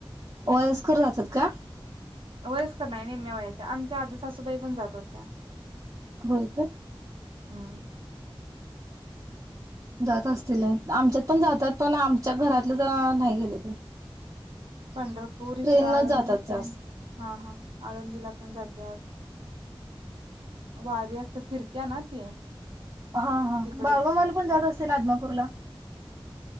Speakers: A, on the right; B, on the right.
A: वयस्कर जातात का
B: वयसकर नाही नेमम्या वयाच्या आमच्या आधी सासूबाई पण जात होत्या
A: होय का
B: हम्म
A: जात असतील आमच्यात पण जातात पण आमच्या घरातलं तर नाही गेले
B: पंढरपूर
A: ट्रेन
B: इकडं आळंदी
A: नच जातात जास्त
B: ते हा हा आळंदीला पण जातेत वारी असं फिरत्या ना ते
A: हा हा
B: तिकडं
A: बाळवामाल पण जात असते आदमापूरला